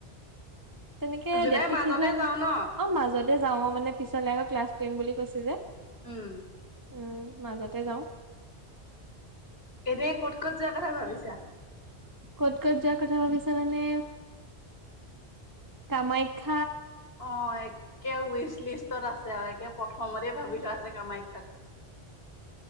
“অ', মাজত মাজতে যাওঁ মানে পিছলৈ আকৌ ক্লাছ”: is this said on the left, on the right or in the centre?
Right